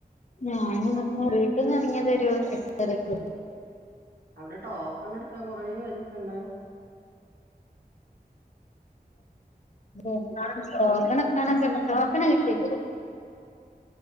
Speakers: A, on the left; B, on the right.
A: ഞാൻ ർഞ്ഞ, വീട്ട്ന്നെർങ്ങ്യെതൊരു എട്ടരക്ക്.
B: അവ്ടെ ടോക്കണ് ട്ക്കാൻ കൊറേ വരിക്കണ്ടേ?
A: ട്ടോക്കണ് ട്കാനൊക്കെ, ട്ടൊക്കണ് ട്ടി.